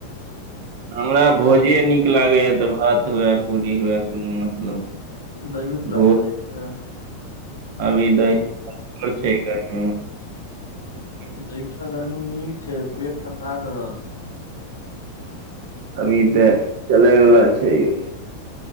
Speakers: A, on the right; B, on the left.
A: हमरा भोजे नीक लागैए तऽ भात हुए पूरीयोए कोनो मतलब
B: दहियो चूड़ा
A: भोज
B: खाय लै छियै
A: अभी दहर छै कर <inaudible>
B: दही चुड़ा गर्मी मे नीक छै पेट ठंडा करत
A: अभी
B: हम्म,
A: तऽ चलैवला छै यौ